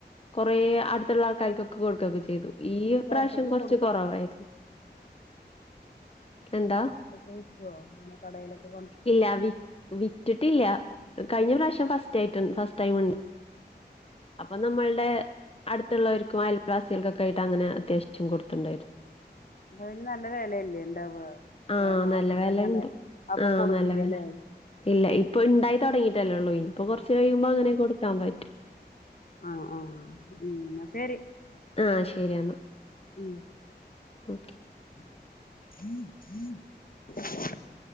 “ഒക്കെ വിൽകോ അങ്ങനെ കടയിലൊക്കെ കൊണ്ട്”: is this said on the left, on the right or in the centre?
Left